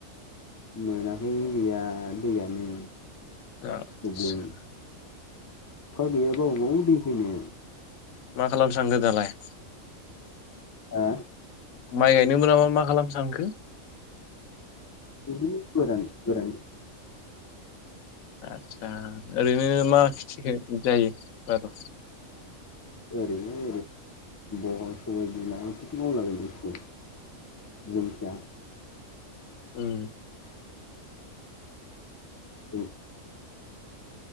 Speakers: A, on the left; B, on the left.
A: मोनाखै गैया दैयानो
B: आतसा
A: प्रब्लेम अखा गैयाबा अबाव दै फैनो
B: मा खालामनो सानदों दालाय
A: ओ
B: माइ गायनो मोनाबा मा खालामनो सानखो
A: बिदिनो गोरान गोरान
B: आदसा ओरैनो मा खेथिखो जायो आर'
A: ओरैनो ओरै सबाइ बिमा बे मावलाबायो <unintelligible>
B: उम
A: औ